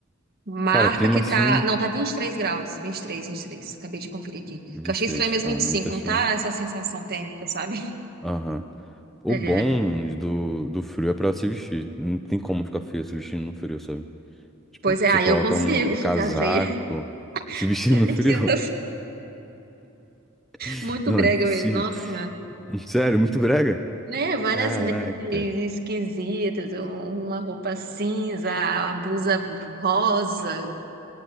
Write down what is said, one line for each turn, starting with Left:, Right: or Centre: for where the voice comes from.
Right: Marca
Centre: Cara, clima
Right: que
Centre: assim,
Right: tá. Não, tá 23 graus. vinte vinte e três, vinte e três. Acabei de conferir aqui. Que
Centre: vinte
Right: eu achei
Centre: e três.
Right: estranho mesmo
Centre: Ah,
Right: vinte e cinco.
Centre: aí tá show.
Right: não tá essa sensação térmica, sabe?
Centre: Aham. O
Right: É.
Centre: bom do, do frio é pra se vestir. Não tem como ficar feio se vestindo no frio, sabe? Tipo,
Right: Pois é,
Centre: você
Right: aí
Centre: coloca
Right: eu consigo
Centre: um, um
Right: ficar
Centre: casaco
Right: feia. <laughs>
Centre: <laughs> se vestindo
Right: Você
Centre: no
Right: mexendo
Centre: frio? <laughs>
Right: Muito
Centre: Não,
Right: brega
Centre: é impossível.
Right: mesmo, nossa senhora.
Centre: <laughs> Sério, muito brega?
Right: Né? Várias
Centre: Caraca.
Right: meias esquisitas, um- uma roupa cinza, a blusa rosa.